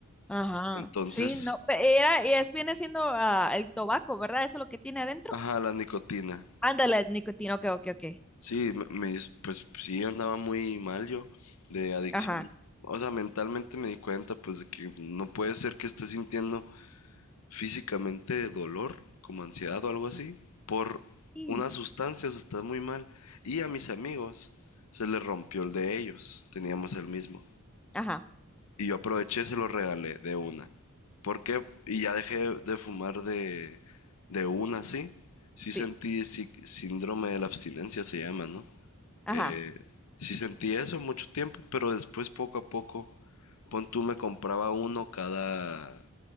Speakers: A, in the centre; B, on the left.
A: ajá.
B: Entonces,
A: Sí, no, pe- era, y es, viene siendo ah, el tabaco, ¿verdad? Eso es lo que tiene adentro.
B: ajá, la nicotina.
A: Ándale, nicotina, ok, ok, ok.
B: Sí, me, me- pues sí andaba muy mal yo de adicción.
A: Ajá,
B: O sea, mentalmente me di cuenta pues de que no puede ser que esté sintiendo físicamente dolor, como ansiedad o algo así, por
A: sí,
B: unas sustancias, está muy mal. Y a mis amigos se les rompió el de ellos, teníamos el mismo.
A: ajá,
B: Y yo aproveché y se los regalé de una. ¿Por qué? Y ya dejé de fumar de, de una, ¿sí? Sí
A: sí,
B: sentí sí- síndrome de la abstinencia, se llama, ¿no?
A: ajá,
B: Eh, sí sentí eso mucho tiempo, pero después poco a poco, pon tú me compraba uno cada